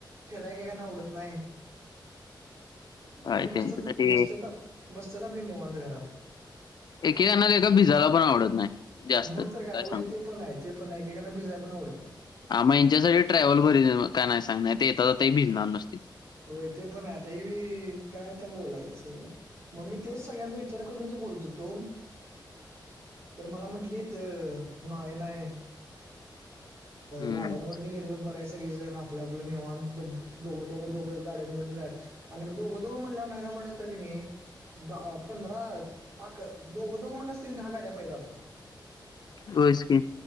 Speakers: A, on the right (about 35°); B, on the left (about 60°).
A: फिराय एकेकाना आवडत नाही,
B: काय
A: ती बसत
B: त्यांच्यासाठी
A: बसत्यात. बसत्यात आपली निवांत घरात.
B: एकेकाना तर भिजायला पण आवडत नाही. जास्त
A: मग तर काय होय
B: सांगू
A: ते पण आहे, ते पण आहे एकेकाना त्यांना भिजायला पण आवडत नाही.
B: हां.. मग हेच्यासाठी ट्रॅव्हल बरी का नाही सांग, नाही तर येता जाता भिजणार नुसती.
A: होय, ते पण हाय आता ही, काय आता बोलायचं. मग मी तेच सगळ्यांचा विचार करूनच बोलत होतो. तर मला म्हंटलीत नाही नाही.
B: हम्म
A: गाड्यान वरन गेलेले बरं. काय सगळीजण आपल्या, आपलं निवांत दोघं दोघ दोघं गाड्यांवरण जायचं. आणि दोघं- दोघं म्हटलं नाही नाही म्हटलास तरी कणी. दहा पंधरा अकरा दोघ दोघं म्हणलास, तरी दहा गाड्या पाहिजे आपल्याला.
B: होयचं की,